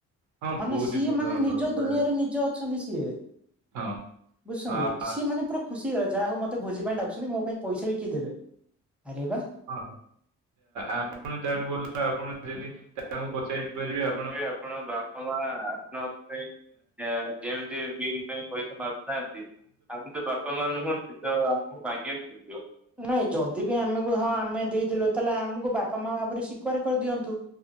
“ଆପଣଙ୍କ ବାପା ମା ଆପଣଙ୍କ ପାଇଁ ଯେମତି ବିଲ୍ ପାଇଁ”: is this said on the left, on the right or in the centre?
Centre